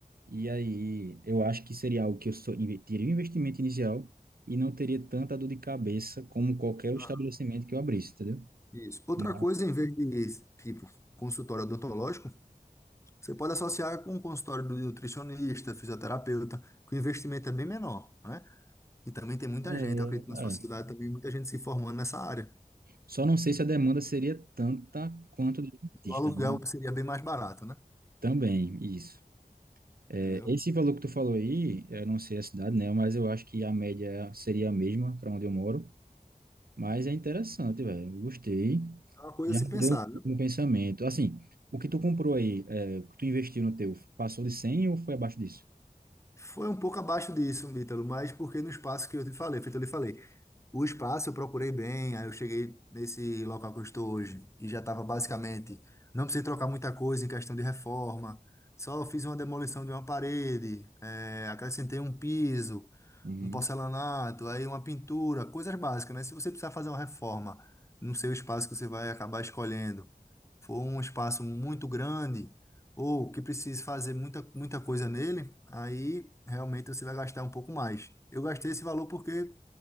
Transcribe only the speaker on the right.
E aí, eu acho que seria algo que eu só inve- teria um investimento inicial e não teria tanta dor de cabeça como qualquer estabelecimento
que eu abrisse, entendeu?
Mas,
É,
é.
Só não sei se a demanda seria tanta quanto de dentista,
né?
Também, isso. É,
esse valor que tu falou aí, eu não sei a cidade, né? Mas eu acho que a média seria a mesma para onde eu moro. Mas é interessante, velho. eu Gostei.
Já
mudou
o meu pensamento. Assim, o que tu comprou aí, é, o que tu investiu no teu, passou de cem ou foi abaixo disso?
Uhum.